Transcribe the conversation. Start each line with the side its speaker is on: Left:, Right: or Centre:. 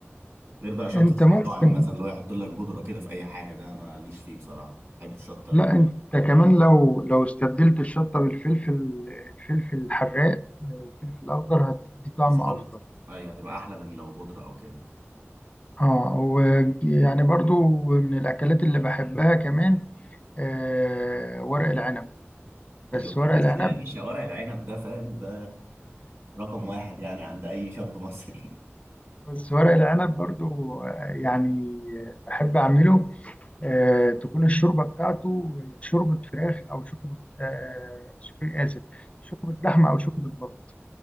Right: غير بقى شطه
Left: أنت ممكن
Right: المطاعم مثلا اللي هو يحط لك بودره كده في اي حاجه ده ماليش فيه بصراحه بحب الشطه ال-
Left: لا أنت كمان لو لو استبدلت الشطة بالفلفل الفلفل الحراق الفلفل الأخضر هتدي طعم
Right: بالظبط
Left: أفضل
Right: ايوه هتبقى احلى من لو بودره او كده
Left: اه ويعني برضو من الأكلات اللي بحبها كمان آه، ورق العنب بس
Right: ايوه
Left: ورق
Right: كده
Left: العنب
Right: كده يا باشا ورق العنب ده فاهم ده رقم واحد يعني عند اي شاب مصري
Left: بس ورق العنب برضو آه، يعني آه، بحب أعمله آه، تكون الشوربة بتاعته شوربة فراخ أو شوربة آه، سوري آسف شوربة لحمة أو شوربة بط